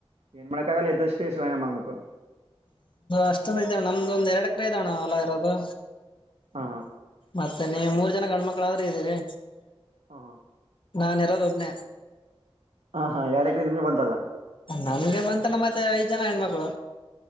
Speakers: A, on the right; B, on the left.
A: ಏನ್ ಮಾಡಕ್ಕಾಗಲ್ಲ ಇದ್ದಷ್ಟೇ ಶಾನೇ ಮಾಡಬೇಕು
B: ಎಷ್ಟು ಇದ್ದಣ ನಿಮ್ದುದ್ ಎರಡು ಎಕರೆ ಇದ್ದಣ ಅಲ್ಲವ ಇರೋದು
A: ಹಾ
B: ಮತ್ತೆ ನೀ ಮೂ ಜನ ಗಂಡ ಮಕ್ಳಾದ್ರೆ ಇದ್ದೀರಿ
A: ಹಾ ಹಾ
B: ನಾನ್ ಇರೋದ ಒಬ್ನ
A: ಹಾ ಹಾ ಎಡಕ್ರ ನಿಮ್ಗೆ ಬಂತಲ್ಲ
B: ನನ್ಗೆ ಬಂತಾನ ಮತ್ತೆ ಐದ್ ಜನ ಹೆಣ್ಮಕ್ಳು